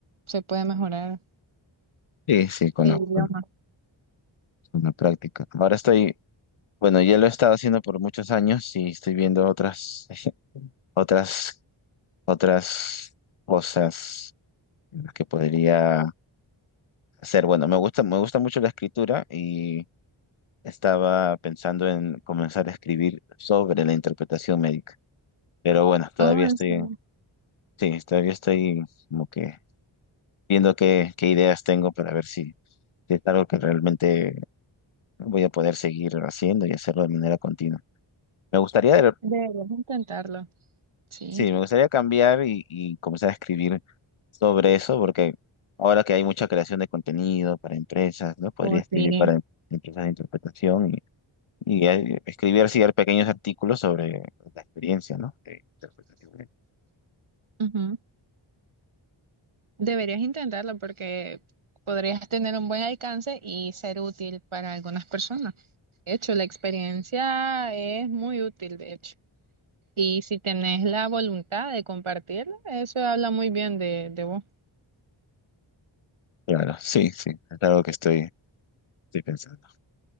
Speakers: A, on the right (about 80°); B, on the left (about 80°).
A: se puede mejorar,
B: Sí, sí, con
A: el
B: la,
A: idioma.
B: con con la práctica. Ahora estoy, Bueno, ya lo he estado haciendo por muchos años y estoy viendo otras, <laughs> otras, otras cosas que podría hacer. Bueno, me gusta, me gusta mucho la escritura y estaba pensando en comenzar a escribir sobre la interpretación médica. Pero bueno, todavía
A: Oh, en
B: estoy,
A: serio,
B: en- sí, todavía estoy como que viendo qué, qué ideas tengo para ver si, si es algo que realmente voy a poder seguir haciendo y hacerlo de manera continua. Me gustaría de
A: deberías intentarlo, sí,
B: Sí, me gustaría cambiar y, y comenzar a escribir sobre eso, porque ahora que hay mucha creación de contenido para empresas, ¿no? Podría
A: Oh
B: escribir
A: sí.
B: para em- empresas de interpretación y, y, eh, escribir así pequeños artículos sobre la experiencia, ¿no? de interpretación.
A: Ujú. Deberías intentarlo porque podrías tener un buen alcance y ser útil para algunas personas. De hecho, la experiencia es muy útil, de hecho. Y si tenés la voluntad de compartirla, eso habla muy bien de, de vos.
B: Claro, sí, sí, es algo que estoy, estoy pensando.